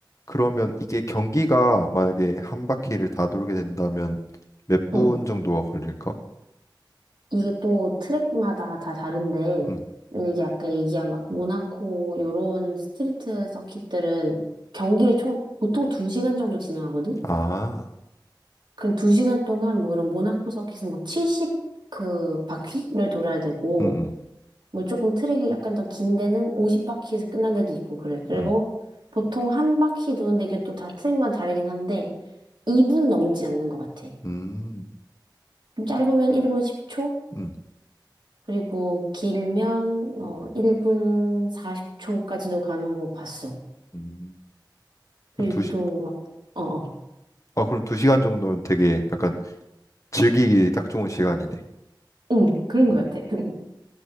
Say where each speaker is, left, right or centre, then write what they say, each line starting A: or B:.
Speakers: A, on the left; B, on the right.
A: 그러면 이게 경기가 만약에 한 바퀴를 다 돌게 된다면 몇 분
B: 응.
A: 정도가 걸릴까?
B: 이게 또 트랙마다 다 다른데,
A: 음.
B: 만약에 아까 얘기한 막 모나코 요런 스트리트 서킷들은 경기를 총, 보통 2시간 정도 진행하거든?
A: 아,
B: 그럼 2시간 동안 뭐 이런 모나코 서킷은 막 70 그 바퀴를 돌아야 되고,
A: 음, 음,
B: 뭐 조금 트랙이 약간 더 긴 데는 50바퀴에서 끝난 데도 있고 그래. 그리고
A: 음,
B: 보통 한 바퀴 도는데 이게 또 다 트랙마다 다르긴 한데 2분 넘지 않는 것 같아.
A: 음,
B: 좀 짧으면 1분 10초,
A: 음.
B: 그리고 길면 뭐 1분 40초까지도 가는 거 봤어.
A: 음.
B: 그리고
A: 두 시,
B: 또 막, 어, 어.
A: 아, 그럼 두 시간 정도면 되게 약간 즐기기 딱 좋은 시간이네.
B: 응, 그런 것
A: 음.
B: 같아. <laughs>